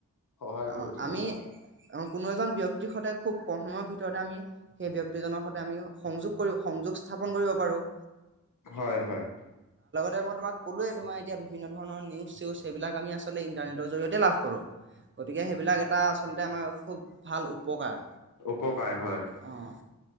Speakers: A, on the left; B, on the right.
A: সহায়
B: আহ
A: কৰিছে
B: আমি
A: হয়।
B: কোনো এজন ব্যক্তিৰ সৈতে খুব কম সময়ৰ ভিতৰতে আমি সেই ব্যক্তিজনৰ সৈতে আমি সংযোগ কৰি। সংযোগ স্থাপন কৰিব পাৰো।
A: হয়-হয়।
B: যে মই তোমাক কলোৱে তোমাৰ এতিয়া বিভিন্ন ধৰণ নিউ চউজ সবিলাক আমি আছো আচলতে ইণ্টাৰনেটৰ জৰিয়তে লাভ কৰোঁ গতিকে সেইবিলাক এটা আচলতে আমাৰ খুব ভাল উপকাৰ।
A: উপকাৰ হয়।
B: অ'